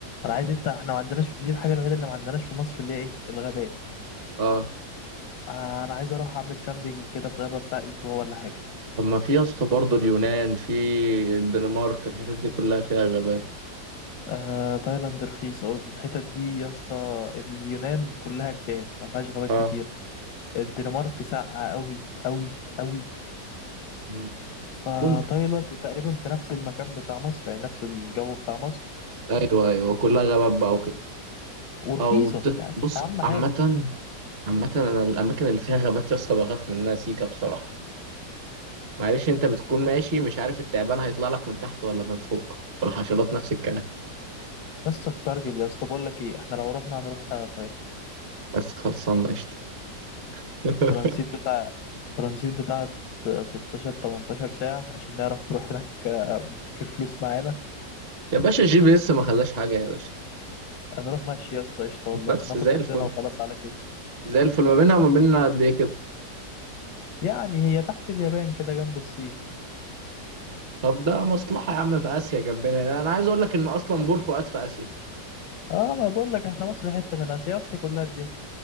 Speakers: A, on the left; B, on the right.
A: انا عايز انت احنا ما عندناش دي الحاجه الوحيده اللي ما عندناش في مصر اللي هي ايه الغابات
B: أه
A: آه، انا عايز اروح اعمل كامبينج كده في غابة بتاع اسبوع ولا حاجة
B: طب ما في يا اسطى برضه اليونان في الدنمارك الحتت دي كلها فيها غابات
A: آه، تايلاند رخيص او الحتت دي يا اسطى اليونان كلها جبال ما فيهاش غابات
B: أه
A: كتير الدنمارك ساقعة قوي قوي قوي
B: مم.
A: فتايلاند
B: ممكن
A: تقريبا في نفس المكان بتاع مصر يعني نفس الجو بتاع مصر
B: أيوه أيوه كلها غابات بقى وكده
A: ورخيصة
B: أو ت-
A: يعني
B: بص
A: اهم
B: عامة
A: حاجة
B: عامة أنا الأماكن اللي فيها غابات يا اسطى بخاف منها سيكا بصراحة معلش انت بتكون ماشي مش عارف التعبان هيطلع لك من تحت ولا من فوق والحشرات نفس الكلام
A: يا اسطى استرجل يا اسطى بقول لك ايه احنا لو رحنا هنروح آه، تايلاند
B: بس خلصانه قشطه <laughs>
A: ترانزيت بتاع ترانزيت بتاع 16 18 ساعة عشان نعرف نروح هناك آه، في فلوس معانا
B: يا باشا الجي بي اس ما خلاش حاجه يا باشا
A: هنروح ماشي يا اسطى قشطة والله
B: بس
A: ناخد
B: زي
A: أكلنا
B: الفل
A: وخلاص على كده
B: زي الفل ما بينها وما بيننا قد ايه كده
A: يعني هي تحت اليابان كده جنب الصين
B: طب ده مصلحه يا عم في اسيا جنبنا انا عايز اقول لك ان اصلا بور فؤاد في اسيا
A: اه ما بقول لك احنا مصر حتة من آسيا آسيا كلها دي